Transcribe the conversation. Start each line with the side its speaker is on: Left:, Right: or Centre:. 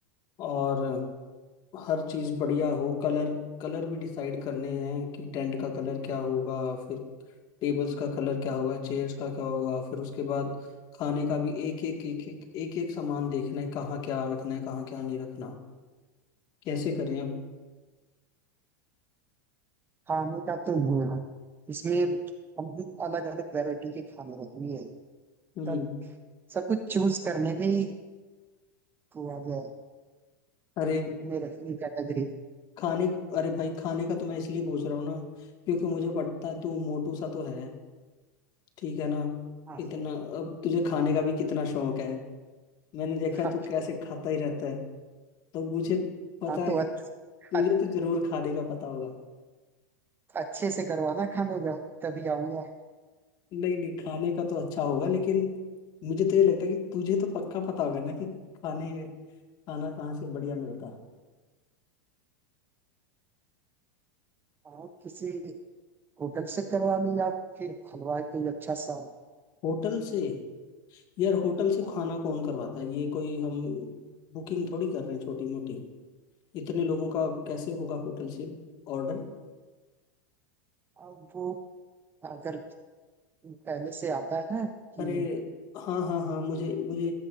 Left: और हर चीज़ बढ़िया हो कलर कलर भी डिसाइड करने हैं कि टेंट का कलर क्या होगा फिर टेबल्स का कलर क्या होगा चेयर्स का क्या होगा फिर उसके बाद खाने का भी एक एक एक एक एक एक सामान देखना है कहाँ क्या रखना है कहाँ क्या नहीं रखना कैसे करें अब
Right: खाने का तो नहीं है इसमें हम भी अलग अलग वैरायटी के खाने रखनी है
Left: हम्म
Right: तब सब कुछ चूज करने में ही वो आ गया है।
Left: अरे
Right: इतने रखनी कैटेगरी
Left: खाने अरे भाई खाने का तो मैं इसलिए पूछ रहा हूँ ना क्योंकि मुझे पता है तू मोटू सा तो है ठीक है ना
Right: हाँ
Left: इतना अब तुझे खाने का भी कितना शौक है मैंने देखा
Right: हाँ
Left: है तू कैसे खाता ही रहता है तो मुझे पता
Right: हाँ, तो
Left: है कि
Right: अच-
Left: तुझे
Right: अच-
Left: तो जरूर खाने का पता होगा
Right: अच्छे से करवाना खाने का तभी आऊंगा
Left: नहीं नहीं खाने का तो अच्छा होगा लेकिन मुझे तो ये लगता है कि तुझे तो पक्का पता होगा ना कि खाने खाना कहाँ से बढ़िया मिलता है
Right: हाँ किसी होटल से करवा लूँ या फिर हलवाई कोई अच्छा सा
Left: होटल से यार होटल से
Right: हाँ,
Left: खाना कौन करवाता है ये कोई हम बुकिंग थोड़ी कर रहे हैं छोटी मोटी इतने लोगों का कैसे होगा होटल से ऑर्डर
Right: अब वो अगर पहले से आता है कि
Left: अरे हाँ हाँ हाँ मुझे मुझे